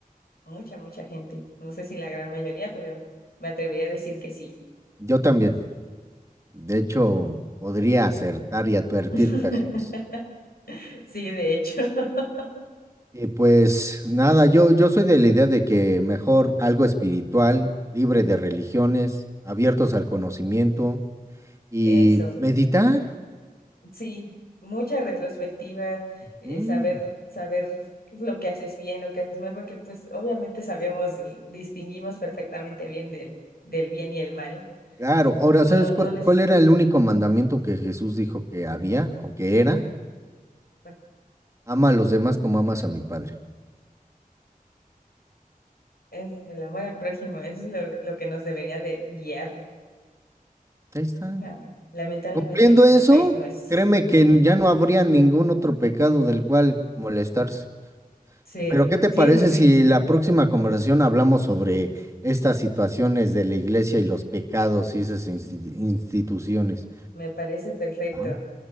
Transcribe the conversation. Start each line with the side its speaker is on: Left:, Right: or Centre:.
Left: mucha, mucha gente. No sé si la gran mayoría, pero me atrevería a decir que sí.
Right: Yo también. De hecho, podría acertar y advertir
Left: <laughs>
Right: que así es.
Left: Sí, de hecho, <laughs>
Right: Y pues nada, yo, yo soy de la idea de que mejor algo espiritual, libre de religiones, abiertos al conocimiento y
Left: eso.
Right: meditar.
Left: Sí, mucha retrospectiva, eh,
Right: Sí.
Left: saber, saber lo que haces bien, lo que haces mal, porque pues obviamente sabemos, eh, distinguimos perfectamente bien del, del bien y el mal.
Right: Claro, ahora,
Left: No,
Right: ¿sabes cuál,
Left: no neces-
Right: cuál era el único mandamiento que Jesús dijo que había o que era?
Left: bueno,
Right: Ama a los demás como amas a mi Padre.
Left: es el amor al prójimo, es lo, lo que nos debería de guiar.
Right: Ahí está.
Left: Ah, lamentablemente
Right: Cumpliendo
Left: en nuestro
Right: eso,
Left: país no es.
Right: créeme
Left: <laughs>
Right: que ya no habría ningún otro pecado del cual molestarse.
Left: Sí,
Right: Pero ¿qué te
Left: sí,
Right: parece
Left: sí, sí,
Right: si la próxima conversación hablamos sobre estas situaciones de la iglesia y los pecados y esas insti- instituciones?
Left: me parece perfecto.
Right: ¿va?